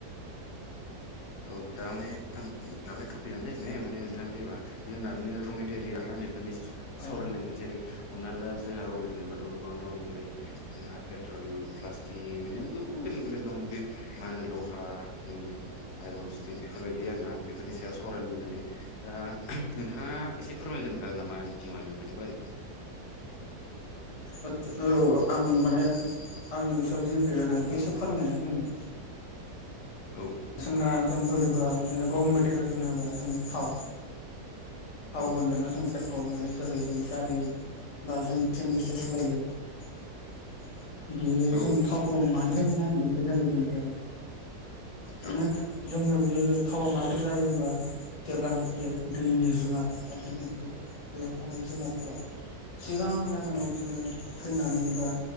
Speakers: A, on the left (about 75°); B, on the left (about 35°).
A: औ दा माने आं लाबोनाय टपिकआनो जाहैबाय माने नोंथां जेनेबा जोंना बिनो र' मेटेरियेल ना बेफोरनि सावरायलायनाय
B: औ
A: जेरै हमनानै दा जोंहा रमेरयान बाथ' गोबां दं जेरै जोंहा पेट्रल प्लास्टिक बिदिनो गोबां बेलेग बेलेग दं। मा होनो लहा जों आइरन स्टिल बेफोरबायदि आरोना बेफोरनि सायाव सावरायलायनानै दा नोंथांङा एसे फोरमायग्रोनो हागोन नामा आंनि सिगांङावहाय बेफोरनि बारै
B: <unintelligible> औ आं माने आंनि गोसोआव जि फैगोन आं बेखौ एसे फोरमायनानै होनि।
A: औ
B: जोंना जों होनोबा माने र' मेटेरियेल होनोबा जोंङो थाव थाव
A: औ
B: होनोना जों टबल माने जेरै जों गारि बा जों <unintelligible> बेयो
A: औ
B: जों थावखौ मानिफ्राय मोनो आं बेनिफ्राय जागायजेनसै आरो। मानो
A: औ
B: जोंङो बे थावा माब्रै जायो होमबा जेब्लानोखि दैनि जुनार <unintelligible> बेद दैयाव थानाय जुनारफोरा सिगांहाय माने
A: औ
B: इदिनो थैनानै बा